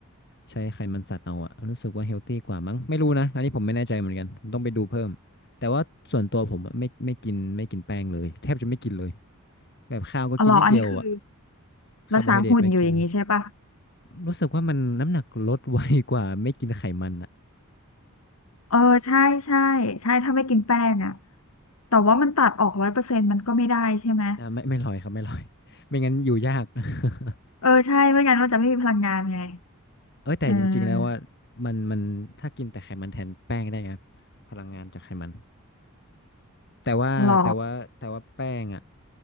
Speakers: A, on the left; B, on the left.
A: ใช้ไขมันสัตว์เอาอะรู้สึกว่าเฮลตี้กว่ามั้งไม่รู้นะอันนี้ผมไม่แน่ใจเหมือนกันผมต้องไปดูเพิ่มแต่ว่าส่วนตัวผมอะไม่ไม่กินไม่กินแป้งเลยแทบจะไม่กินเลยแบบข้าวก็กินนิดเดียวอะ
B: อ๋อเหรออันนี้คือ
A: คาร์โบไฮเดรตไม่กินเลย
B: รักษาหุ่นอยู่อย่างนี้ใช่ปะ
A: รู้สึกว่ามันน้ำหนักลดไวกว่าไม่กินไขมันอะ
B: เออใช่ใช่ใช่ถ้าไม่กินแป้งอ่ะแต่ว่ามันตัดออกร้อยเปอร์เซ็นต์มันก็ไม่ได้ใช่ไหม
A: อ่ะไม่ไม่ลอยครับไม่ลอยไม่งั้นอยู่ยาก <laughs>
B: เออใช่ไม่งั้นมันจะไม่มีพลังงานไง
A: เอ้ยแต่จริงๆแล้วว่า
B: เออ
A: มันมันถ้ากินแต่ไขมันแทนแป้งได้ไงพลังงานจากไขมัน แต่ว่าแต่ว่าแต่ว่าแป้งอ่ะ
B: หรอ